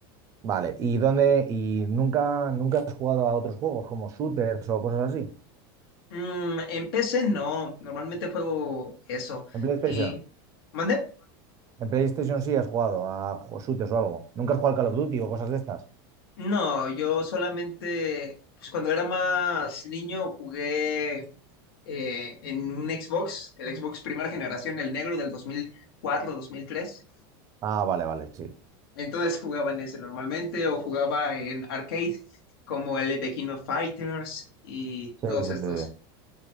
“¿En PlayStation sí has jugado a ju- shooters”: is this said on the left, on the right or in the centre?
Right